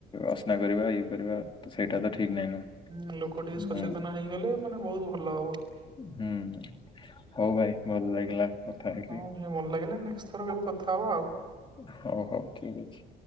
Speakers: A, on the left; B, on the right.
A: ଅସ୍ନା କରିବା ଇଏ କରିବା ତ ସେଇଟା ତ ଠିକ ନାହିଁ ନା।
B: ହଁ ଲୋକ ଟିକ
A: ହୁଁ
B: ସଚେତନ ହେଇଗଲେ ମାନେ ବହୁତ ଭଲ ହବ।
A: ହୁଁ ହଉ ଭାଇ ଭଲ ଲାଗିଲା କଥା ହେଇକି
B: ହୁଁ ସେ ଭଲ ଲାଗିଲା ନେକ୍ସଟ ଥର କେବେ କଥା ଥା ହବା ଆଉ
A: ହୋଉ ହୋଉ ଠିକ ଅଛି।